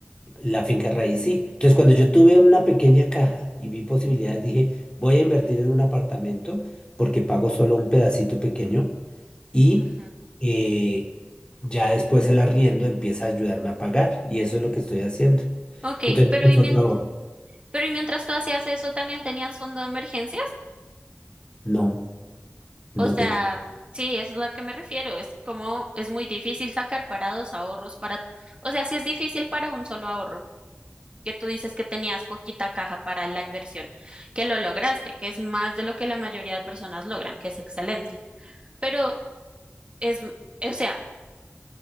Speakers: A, on the left; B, on the right.
A: La finca raíz, sí. Entonces, cuando yo tuve una pequeña caja y vi posibilidades, dije, voy a invertir en un apartamento porque pago solo un pedacito pequeño y
B: ujú.
A: eh, ya después el arriendo empieza a ayudarme a pagar y eso es lo que estoy haciendo.
B: Ok,
A: Entonces,
B: pero
A: es
B: y, mien-
A: otro ahorro.
B: pero y mientras tú hacías eso, ¿también tenías fondo de emergencias?
A: No,
B: O
A: no
B: sea,
A: tenía.
B: sí, eso es a lo que me refiero. Es como es muy difícil sacar para dos ahorros, para, o sea, sí es difícil para un solo ahorro, que tú dices que tenías poquita caja para la inversión, que lo lograste, que es más de lo que la mayoría de personas logran, que es excelente. Pero es, m- o sea,